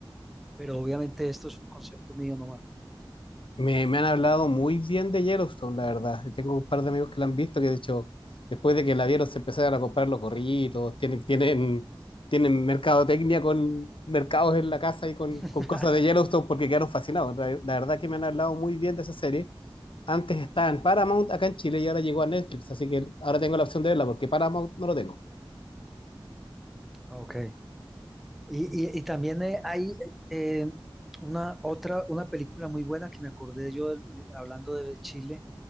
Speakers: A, in the centre; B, on the left.
A: pero obviamente esto es un concepto mío nomás.
B: Me, me han hablado muy bien de Yellowstone, la verdad. Y Tengo un par de amigos que la han visto que, de hecho, después de que la vieron, se empezaron a comprar los gorritos. Tienen, tienen, tienen mercadotecnia con mercados en la casa y con,
A: <laughs>
B: con cosas de Yellowstone porque quedaron fascinados. La, la verdad que me han hablado muy bien de esa serie. Antes estaba en Paramount acá en Chile y ahora llegó a Netflix, así que ahora tengo la opción de verla porque Paramount no lo tengo.
A: Ok. Y, y- y también eh, hay eh, una otra, una película muy buena que me acordé yo del- de- hablando de Chile,